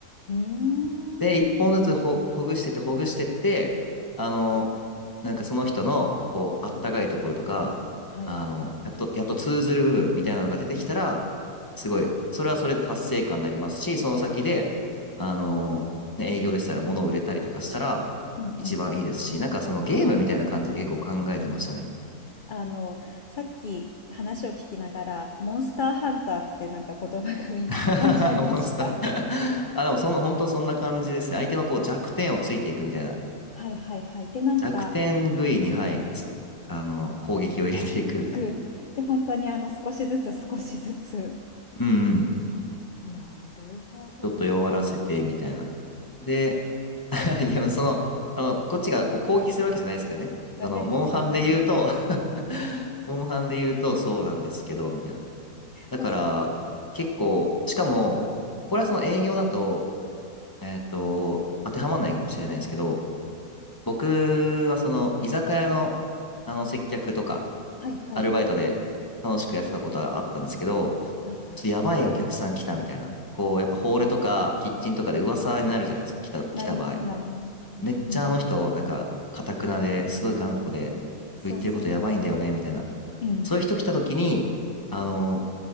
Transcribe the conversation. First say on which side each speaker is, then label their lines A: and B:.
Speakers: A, on the left; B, on the left.
A: うーん。
B: で、一本ずつほ、ほぐしてって、ほぐしてって、あの、なんかその人の、こう、あったかいところとか、
A: はい。
B: あの、やっと、やっと通ずる部分みたいなのが出てきたら、すごい、それはそれで達成感になりますし、その先で、あの、ね、営業でしたら物を売れたりとかしたら、
A: うんうん。
B: 一番いいですし、なんかそのゲームみたいな感じで結構考えてましたね。
A: あの、さっき話を聞きながら、モンスターハンターってなんか言葉が <laughs> 浮かんじゃいました。
B: <laughs> モンスター <laughs> あ、でもその、本当そんな感じですね。相手のこう弱点をついていくみたいな。
A: はいはいはい。で、なんか、
B: 弱点部位に、はい、つ、あの、攻撃を入れていくみたいな。
A: 行く。で、本当にあの、少しずつ少しずつ。
B: うんうん。
A: なるほど。
B: ちょっと弱らせて、みたいな。で、<laughs> いや、その、あの、こっちがこう攻撃するわけじゃないですけどね。
A: わかりますわかります。
B: その、モンハンで言うと <laughs> モンハンで言うとそうなんですけど、みたいな。だから、
A: 確か、
B: 結構、しかも、これはその営業だと、えっと、当てはまんないかもしれないですけど、僕はその、居酒屋の、あの、接客とか、
A: はいはい。
B: アルバイトで楽しくやってたことがあったんですけど、
A: はいはい。
B: ちょっとやばいお客さん来たみたいな。こう、やっぱホールとかキッチンとかで噂になるじゃないですか、来た、来た場合。
A: なりますなります。
B: めっちゃあの人、
A: うん。
B: なんか、かたくなですごい頑固で、
A: そうそうそ
B: 言ってることやばいんだよね、みたいな。
A: う。うん。
B: そういう人来た時に、あの、